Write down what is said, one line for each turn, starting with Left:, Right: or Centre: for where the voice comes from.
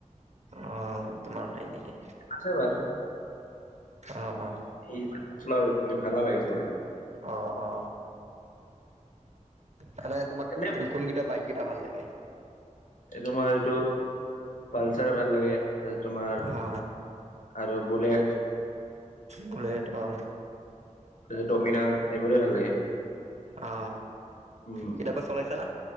Right: অ তোমাৰ নাই নেকি
Left: আছে বাৰু
Right: অ অ
Left: ই ধূলা ভাল লাগে চোন
Right: অ অ মানে তোমাক
Left: এনে
Right: কোনকেইটা বাইককেইটা ভাল লাগে
Left: এই তোমাৰ এইটো পালচাৰ ভাল লাগে এ তোমাৰ
Right: অ
Left: আৰু বুলেট
Right: বুলেট অ
Left: তাৰপিছত ডোমিনাৰ এইবোৰে ভাল লাগে
Right: অ
Left: উম
Right: কেতিয়াবা চলাইছা না